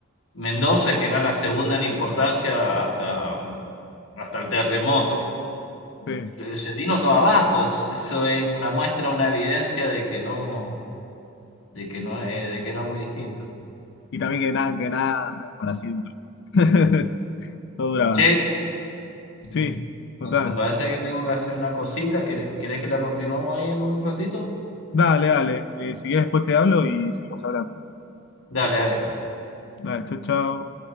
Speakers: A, on the left; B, on the left.
A: Mendoza, que era la segunda en importancia hasta, hasta el terremoto
B: sí.
A: eh, se vino todo abajo. Eso es una muestra, una evidencia de que no, de que no, eh, de que era muy distinto.
B: Y también que nada, que nada, no es para siempre. <laughs> Todo dura.
A: Che, ujú,
B: Sí, total.
A: me parece que tengo que hacer una cosita. ¿Quere- ¿Querés que la continuemos ahí en un ratito?
B: Dale, dale. Eh, si quieres después te hablo y seguimos hablando.
A: Dale, dale.
B: Dale, chau, chau.